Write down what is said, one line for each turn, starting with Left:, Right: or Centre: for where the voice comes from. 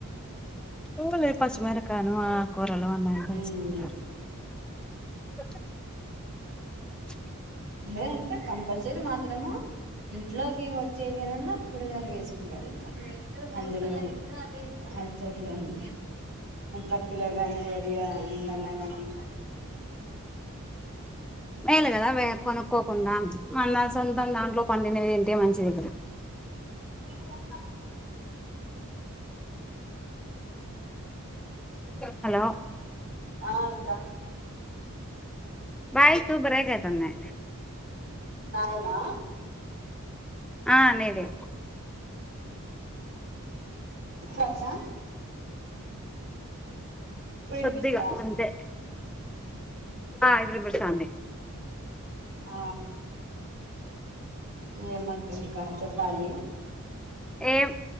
Centre: పోలే పచ్చిమెరకను ఆకుకూరలు ఉన్నాయంటే
Right: మ్మ్
Centre: ఎసుకుంటరు వచ్చ <inaudible>
Right: లే అంటే కంపల్సరీ మాత్రము ఇంట్లోకి వచ్చేవినాన్నా కూరగాయలు వేసుకుంటారు ఇంకా అందులోనే ఆ తోటలోనే పత్తిలో గానీ వరిలొనన్న గాని
Centre: మేలు కదా కొనుక్కోకుండా మన సొంతం దాంట్లో పండినవి తింటే మంచిది
Right: ఇప్పుడు
Centre: హలో
Right: ఆ అక్క
Centre: వాయిస్ బ్రేక్ అయితుంది
Right: నాదేనా
Centre: ఆ నీదే
Right: ఇఫులక్సా ఇప్పుడు వినిపిస్తదా
Centre: కొద్దిగా అంతే ఆ ఇప్పుడు వినిపిస్తోంది
Right: ఆ ఏమక్క ఇంకా చెప్పాలి
Centre: ఏం